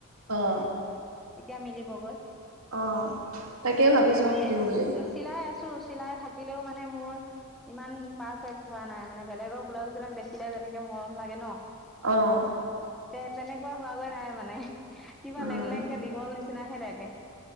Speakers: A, on the right; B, in the centre.
A: অ'।
B: তিয়া মিলিবগৈ।
A: অ', তাকে ভাবিছো
B: এ,
A: দিম বুলি
B: চিলাই আছো চিলাই থাকিলেও মানে মোৰ ইমান পাৰফেক্ট হোৱা নাই মানে বেলেগৰ ব্লাউজ বিলাক দেখিলে যেনেকে মৰম লাগে ন।
A: অ'।
B: তে-তেনেকুৱা হোৱাগৈ নাই মানে, কিবা
A: উম।
B: লেং লেংকে দীঘল নিচিনাহে লাগে।